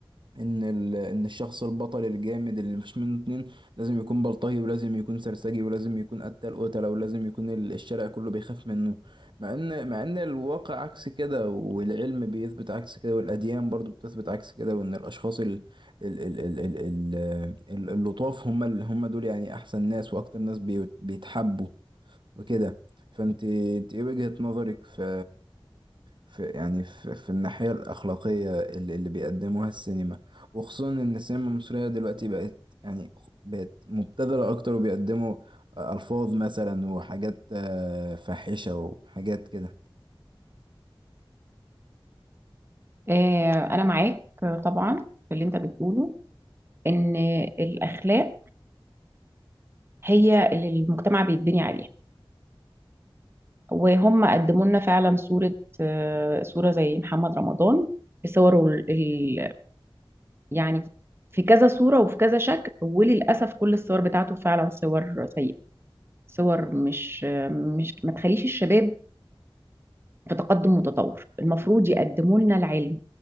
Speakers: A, on the right (about 60°); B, on the right (about 25°).
A: ان ال... ان الشخص البطل الجامد اللي مش منه اتنين لازم يكون بلطجي ولازم يكون سرسجي ولازم يكون قتال قتله ولازم يكون ال- الشارع كله بيخاف منه مع ان مع ان الواقع عكس كده والعلم بيثبت عكس كده والاديان برضو بتثبت عكس كده وان الاشخاص ال... ال... ال... ال... ال... ال... اللطاف هم ال... هم دول يعني احسن ناس واكتر ناس بي... بيتحبوا وكده فانت انت ايه وجهة نظرك في في يعني في, في الناحية الأخلاقية اللي, اللي بيقدموها السينما وخصوصا إن السينما المصرية دلوقتي بقت يعني خ- بقت مبتذلة أكتر وبيقدموا آه، ألفاظ مثلا وحاجات آه، فاحشة وحاجات كده
B: آه، أنا معاك آه، طبعا في اللي أنت بتقوله إن الأخلاق هي اللي المجتمع بيتبني عليها وهم قدموا لنا فعلا صورة آه، صورة زي محمد رمضان في صوره ال... ال- يعني في كذا صورة وفي كذا شكل وللأسف كل الصور بتاعته فعلا صور سيئة صور مش آه، مش ما تخليش الشباب في تقدم متطور المفروض يقدموا لنا العلم